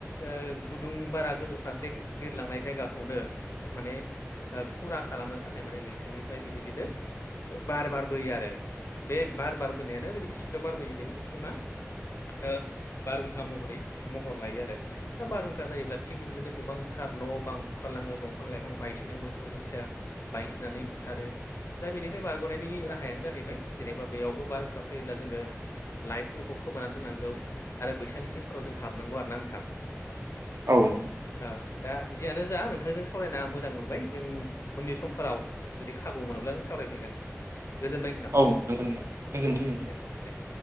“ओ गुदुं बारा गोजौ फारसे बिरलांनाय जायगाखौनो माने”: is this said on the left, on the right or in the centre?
Left